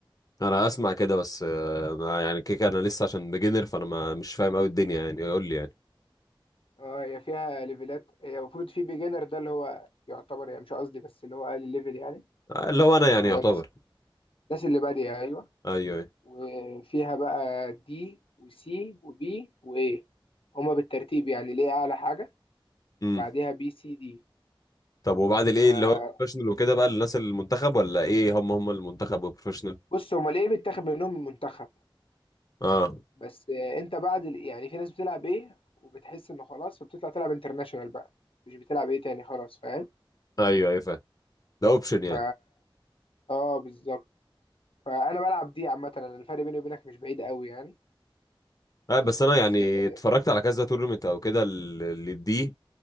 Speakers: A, on the left; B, on the left.
A: انا اسمع كده بس آه، ما يعني كيك انا لسه عشان بيجنر فانا ما مش فاهم قوي الدنيا يعني يقول لي يعني
B: اه هي فيها ليفلات هي المفروض في بيجنر ده اللي هو يعتبر يعني مش قصدي بس اللي هو اقل ليفل يعني
A: آه، اللي هو انا يعني
B: اللي هو
A: يعتبر
B: الناس الناس اللي بادئة ايوه
A: ايوه ايوه
B: وفيها بقى دي وسي وبي وايه هما بالترتيب يعني ليه اعلى حاجه
A: امم
B: بعدها بي سي دي
A: طب وبعد الايه
B: ف-
A: اللي هو بروفيشنال وكده بقى للناس المنتخب ولا ايه هم هم المنتخب والبروفيشنال
B: بص هما ليه بيتاخد منهم المنتخب
A: اه
B: بس آه، انت بعد ال- يعني في ناس بتلعب ايه وبتحس انه خلاص فبتطلع تلعب انترناشونال بقى مش بتلعب ايه تاني خلاص فاهم
A: ايوه ايوه فاهم ده اوبشن يعني
B: ف اه بالظبط فانا بلعب دي عامه انا الفرق بيني وبينك مش بعيد قوي يعني
A: لا بس
B: بس
A: انا يعني
B: آه،
A: اتفرجت على كذا تورنمنت او كده اللي دي